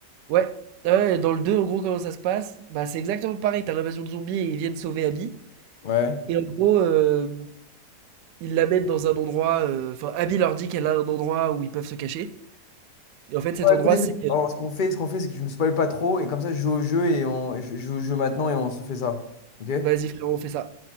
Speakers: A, on the right (about 80°); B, on the left (about 45°).
A: Ouais. Ah Ouais, dans le 2 en gros, comment ça se passe? Bah, c'est exactement pareil. T'as l'invasion de zombies et ils viennent sauver Abby.
B: Ouais.
A: Et en gros, euh, ils l'amènent dans un endroit. euh, Enfin, Abby leur dit qu'elle a un endroit où ils peuvent se cacher. Et en fait, cet
B: Non,
A: endroit,
B: écoute, écoute.
A: c'est.
B: Alors, ce qu'on fait, ce qu'on fait, c'est que je me spoil pas trop. Et comme ça, je joue au jeu et on je je joue au jeu maintenant et on se fait ça. Ok?
A: Vas-y, frérot, on fait ça.